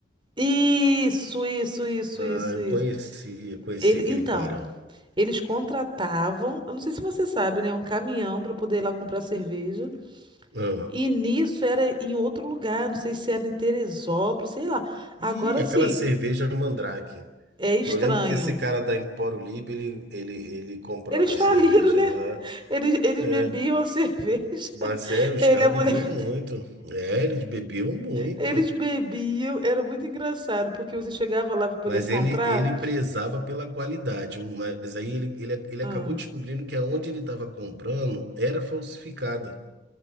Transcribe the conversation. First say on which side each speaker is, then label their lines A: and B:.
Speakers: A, on the right; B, on the right.
A: Isso, isso, isso,
B: Ah,
A: isso,
B: eu
A: isso.
B: conheci, eu conheci
A: Ele,
B: aquele
A: então,
B: cara.
A: eles contratavam, eu não sei se você sabe, né, um caminhão para poder ir lá comprar cerveja.
B: Ah,
A: E nisso era em outro lugar, não sei se era em Teresópolis, sei lá. Agora
B: e aquela
A: sim,
B: cerveja Mandrake.
A: É
B: Eu
A: estranho.
B: lembro que esse cara da Empório Libre, ele, ele, ele comprava
A: Eles faliram,
B: cerveja
A: né?
B: lá.
A: Eles, eles
B: É,
A: bebiam a cerveja.
B: mas
A: <laughs>
B: é, os
A: Ele,
B: caras
A: e a mulher,
B: bebiam muito. É, eles bebiam muito.
A: eles bebiam. Era muito engraçado, porque você chegava lá para poder
B: Mas
A: comprar.
B: ele, ele prezava pela qualidade. Mas aí ele, ele, ele
A: Ah,
B: acabou descobrindo que aonde ele estava comprando era falsificada.